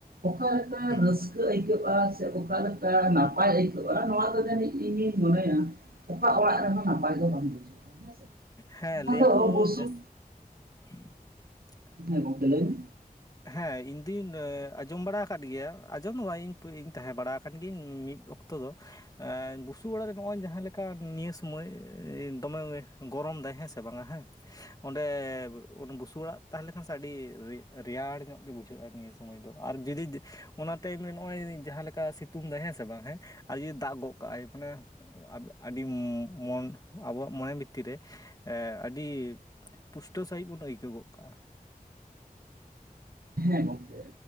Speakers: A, on the right; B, on the left.
A: ᱚᱠᱟᱞᱮᱠᱟ
B: ᱦᱩᱸ
A: ᱨᱟᱹᱥᱠᱟᱹ ᱟᱹᱭᱠᱟᱹᱜ-ᱟ ᱥᱮ ᱚᱠᱟᱞᱮᱠᱟ ᱞᱮᱠᱟ ᱱᱟᱯᱟᱭ ᱟᱹᱭᱠᱟᱹᱜ-ᱟ ᱱᱚᱣᱟ ᱫᱚ ᱡᱟᱹᱱᱤᱡ ᱤᱧᱤᱧ ᱢᱚᱱᱮᱭᱟ ᱚᱠᱟ ᱚᱲᱟᱜ ᱨᱮᱦᱚᱸ ᱱᱟᱯᱟᱭ ᱫᱚ ᱵᱟᱝ ᱵᱩᱡᱷᱟᱹᱜ-ᱟ ᱦᱮᱸ ᱥᱮ
B: ᱦᱮᱸ
A: ᱚᱱᱟ
B: ᱞᱟᱹᱭᱟᱠᱚ
A: ᱫᱚ ᱵᱩᱥᱩᱵ
B: ᱡᱟᱹᱥ <inaudible>
A: ᱦᱮ ᱜᱚᱝᱠᱮ ᱞᱟᱭ ᱵᱤᱱ?
B: ᱦᱮᱸ ᱤᱧᱫᱩᱧ ᱟᱸᱡᱚᱢ ᱵᱟᱲᱟ ᱟᱠᱟᱫ ᱜᱮᱭᱟ, ᱟᱸᱡᱚᱢ ᱫᱚ ᱵᱟᱝ ᱤᱧ ᱤᱧ ᱛᱟᱦᱮᱸ ᱵᱟᱲᱟ ᱟᱠᱟᱱ ᱜᱤᱭᱟᱹᱧ ᱢᱤᱫ ᱚᱠᱛᱚ ᱛᱚ ᱫᱚ ᱮᱸᱻ ᱵᱩᱥᱩᱵ ᱚᱲᱟᱨ ᱨᱮ ᱱᱚᱜ-ᱚᱭ ᱡᱟᱦᱟᱸ ᱞᱮᱠᱟ ᱱᱤᱭᱟᱹ ᱥᱚᱢᱚᱭ ᱫᱚᱢᱮ ᱜᱚᱨᱚᱢᱫᱟᱭ ᱦᱮᱸ ᱥᱮ ᱵᱟᱝᱟ ᱦᱮᱸ ᱚᱸᱰᱮ ᱵᱩᱥᱩᱵ ᱚᱲᱟᱜ ᱛᱟᱦᱮᱸ ᱞᱮᱠᱷᱟᱱ ᱥᱮ ᱟᱹᱰᱤ ᱨᱮ ᱨᱮᱭᱟᱲ ᱧᱚᱜ ᱜᱮ ᱵᱩᱡᱷᱟᱹᱜ-ᱟ ᱱᱤᱭᱟᱹ ᱥᱚᱢᱚᱭ ᱫᱚ ᱟᱨ ᱡᱩᱫᱤ ᱚᱱᱟ ᱴᱟᱭᱤᱢ ᱨᱮ ᱱᱚᱜᱼᱚᱭ ᱡᱟᱦᱟᱸ ᱞᱮᱠᱟ ᱥᱤᱛ ᱛᱩᱝ ᱫᱟᱭ ᱦᱮᱸ ᱥᱮ ᱵᱟᱝ ᱦᱮᱸ, ᱟᱨ ᱡᱩᱫᱤ ᱫᱟᱜ ᱜᱚᱜ ᱠᱟᱜ-ᱟᱭ ᱢᱟᱱᱮ ᱟᱹᱰ, ᱟᱹᱰᱤ ᱢᱚᱱ ᱟᱵᱚᱣᱟᱜ ᱢᱚᱱᱮ ᱵᱷᱤᱛᱤᱨ ᱨᱮ ᱟᱹᱰᱤ ᱯᱩᱥᱴᱟᱹ ᱥᱟᱺᱦᱤᱡ ᱵᱚᱱ ᱟᱹᱭᱠᱟᱹᱣ ᱜᱚᱫ ᱠᱟᱜ-ᱟ᱾
A: ᱦᱮᱸ ᱜᱚᱝᱠᱮ